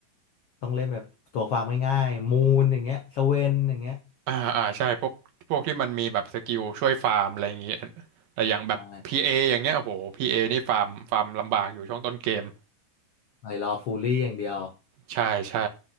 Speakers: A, on the left (about 70°); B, on the right (about 70°).
A: ต้องเล่นแบบตัวฟาร์มง่ายๆมูนอย่างเงี้ยสเวนอย่างเงี้ย
B: อ่าอ่าใช่พวกพวกที่มันมีแบบสกิลช่วยฟาร์มอะไรอย่างงี้แต่อย่างแบบพีเออย่างเงี้ยโอ้โหพีเอนี่ฟาร์มฟาร์มลำบากอยู่ช่วงต้นเกม
A: ใช่ไปรอฟูลลี่อย่างเดียว
B: ใช่ใช่